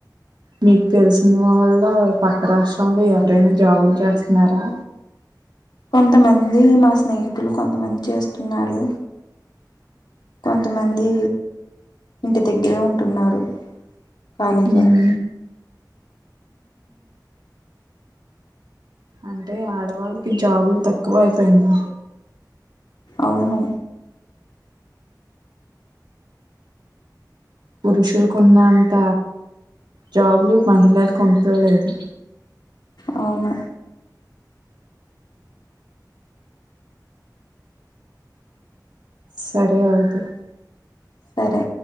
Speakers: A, on the right; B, on the left.
A: మీకు తెలిసిన వాళ్ళ పక్క రాష్ట్రంలో ఎవరైనా జాబులు చేస్తున్నారా
B: కొంతమంది మా స్నేహితులు కొంతమంది చేస్తున్నారు కొంతమంది ఇంటి దగ్గరే ఉంటున్నారు కళీగా
A: ఉమ్ అంటే ఆడవాళ్ళకి జాబులు తక్కువ అయిపోయింది
B: అవును
A: పురుషులలకున్నంత జాబ్లు మహిళలు కొండలేదు
B: అవును
A: సరే అవుదు
B: సరే